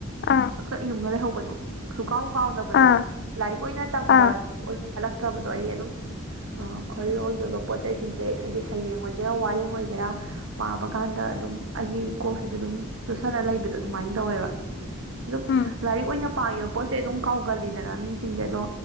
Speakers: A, on the left; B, on the right.
A: ꯑꯥ
B: ꯆꯛ ꯆꯛ ꯌꯨꯡꯉ ꯂꯩꯍꯧꯕꯗꯣ ꯁꯨꯛꯀꯥꯎ ꯀꯥꯎꯗꯕꯗꯣ
A: ꯑꯥ
B: ꯂꯥꯏꯔꯤꯛ ꯑꯣꯏꯅ ꯇꯝꯕ
A: ꯑꯥ
B: ꯑꯣꯏꯃ ꯂꯛꯇ꯭ꯔꯕꯗꯣ ꯑꯩ ꯑꯗꯨꯝ ꯑꯥ ꯈꯣꯔꯤꯔꯣꯜꯒꯤ ꯑꯣꯏꯕ ꯄꯣꯠ ꯆꯩꯁꯤꯡꯁꯦ ꯍꯥꯏꯗꯤ ꯁꯩꯔꯦꯡ ꯑꯣꯏꯒꯦꯔꯥ ꯋꯥꯔꯦꯡ ꯑꯣꯏꯒꯦꯔꯥ ꯄꯥꯕ ꯀꯥꯟꯗ ꯑꯗꯨꯝ ꯑꯩꯒꯤ ꯀꯣꯛꯁꯤꯗ ꯗꯨꯝ ꯆꯨꯁꯜꯂ ꯂꯩꯕꯗꯣ ꯑꯗꯨꯃꯥꯏꯟ ꯇꯧꯋꯦꯕ ꯗꯨꯝ
A: ꯎꯝ
B: ꯂꯥꯏꯔꯤꯛ ꯑꯣꯏꯅ ꯄꯥꯒꯤꯕ ꯄꯣꯠꯁꯦ ꯑꯗꯨꯝ ꯀꯥꯎꯒꯜꯂꯤꯗꯅ ꯃꯤꯁꯤꯡꯗꯤ ꯑꯗꯣ